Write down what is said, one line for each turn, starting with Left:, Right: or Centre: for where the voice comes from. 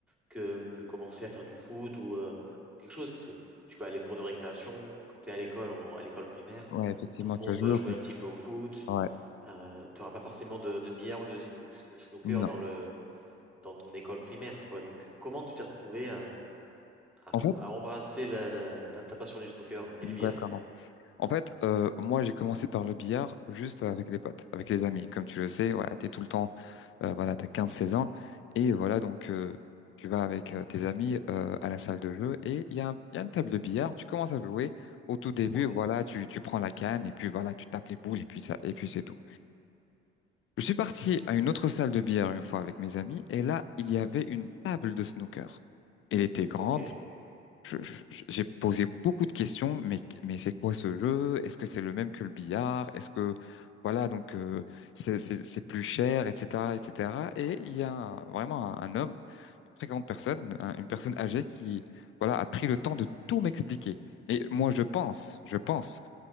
Centre: que, que commencer à faire du foot ou euh, quelque chose. Parce que tu vas à les cours de récréation, quand tu es à l'école, en- à l'école primaire,
Left: Ouais, effectivement,
Centre: tout le monde
Left: tu as joué
Centre: va
Left: au
Centre: jouer
Left: foot.
Centre: un petit peu au foot.
Left: Ouais.
Centre: Euh, tu n'auras pas forcément de, de billard ou de snook- sno- snooker
Left: Non.
Centre: dans le, dans ton école primaire, quoi. Donc, comment tu t'es retrouvé à, à,
Left: En fait,
Centre: à embrasser la, la- la- ta passion du snooker et
Left: d'accord.
Centre: du billard?
Left: En fait, euh, moi j'ai commencé par le billard juste avec les potes, avec les amis. Comme tu le sais, voilà, t'es tout le temps, euh, voilà, t'as quinze seize ans et voilà donc euh, tu vas avec euh, tes amis euh, à la salle de jeu et il y a, un- il y a une table de billard. Tu commences à jouer. Au tout début,
Centre: Ouais,
Left: voilà, tu tu prends la canne et puis voilà, tu tapes les boules et puis ça et puis c'est tout. Je suis parti à une autre salle de billard une fois avec mes amis, et là, il y avait une table de snooker. Elle était grande.
Centre: ok.
Left: Je- je- je- j'ai posé beaucoup de questions, mais, mais c'est quoi ce jeu? Est-ce que c'est le même que le billard? Est-ce que, voilà, donc, euh, c'est, c'est- c'est plus cher, etc., etc. Et cetera. Et il y a un- vraiment un, un homme, une très grande personne, un- une personne âgée qui, voilà, a pris le temps de tout m'expliquer. Et moi, je pense, je pense